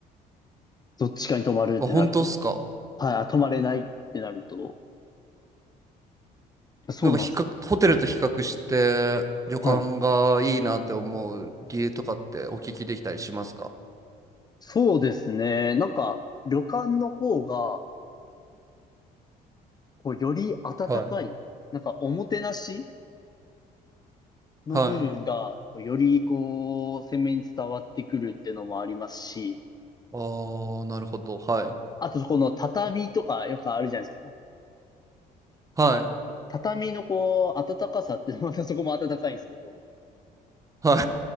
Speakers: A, on the left; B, on the right.
A: どっちかに泊まるってなると。
B: あ、本当っすか
A: はい、あ、泊まれないってなると。そうなんです。
B: なんか比較、ホテルと比較して旅館がいいなって思う理由とかってお聞きできたりしますか
A: はい。そうですね。なんか、旅館の方が、こう、より温かい、
B: はい。
A: なんか、おもてなしの部分が、
B: はい。
A: こうより、こう、鮮明に伝わってくるっていうのもありますし、
B: ああ、なるほど。はい。
A: あと、この畳とか、よくあるじゃないですか。
B: はい。
A: 畳の、こう、温かさって、<laughs> またそこも温かいんですけど、
B: はい。